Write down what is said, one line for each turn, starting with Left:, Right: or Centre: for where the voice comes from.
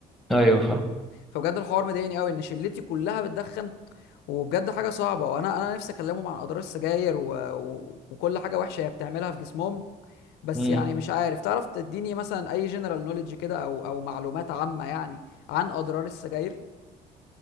Centre: ايوه فاهم
Left: فبجد الحوار مضايقني قوي ان شلتي كلها بتدخن وبجد حاجه صعبه وانا انا نفسي اكلمهم عن اضرار السجاير و... و... وكل حاجه وحشه هي بتعملها في جسمهم بس
Centre: امم
Left: يعني مش عارف تعرف تديني مثلا اي جنرال نوليدج كده او او معلومات عامة يعني عن اضرار السجاير